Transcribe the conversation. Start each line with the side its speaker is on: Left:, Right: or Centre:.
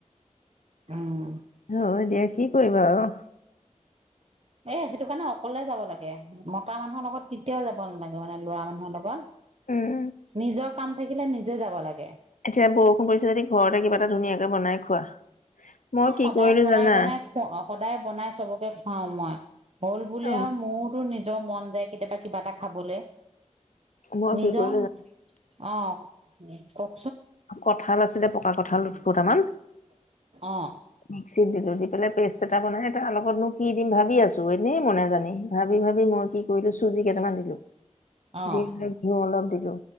Right: উম
Left: হয়, দে কি কৰিবা আৰু?
Right: এ, সেইটো কাৰণে অকলে যাব লাগে, মতা মানুহৰ লগত কেতিয়াও যাব নালাগে মানে ল'ৰা মানুহৰ লগত,
Left: উম
Right: নিজৰ কাম থাকিলে নিজে যাব লাগে।
Left: এতিয়া বৰষুণ পৰিছে যদি ঘৰতে কিবা এটা ধুনীয়াকে বনাই খোৱা মই কি
Right: সদায়
Left: কৰিলো
Right: বনাই,
Left: জানা?
Right: বনাই খ-সদায় বনাই চবকে খুৱাওঁ মই। হ'ল বুলি
Left: অ
Right: আৰু মো নিজৰ মন যায়, কেতিয়াবা কিবা এটা খাবলে।
Left: মই
Right: নিজৰ
Left: কি কৰিলো জানা?
Right: অ'। <unintelligible>
Left: কঁঠাল আছিলে, পকা কঁঠাল দুফুটা মান
Right: অ'
Left: মিক্সিত দি দি পেলাই পেষ্ট এটা বনাই তাৰ লগত মোক কি দিম ভাবি আছোঁ, এনেই মনে জানি ভাবি, ভাবি মই কি কৰিলোঁ, চুজি কেইটামান দিলোঁ।
Right: অ'
Left: দি <unintelligible> ঘিউ অলপ দিলোঁ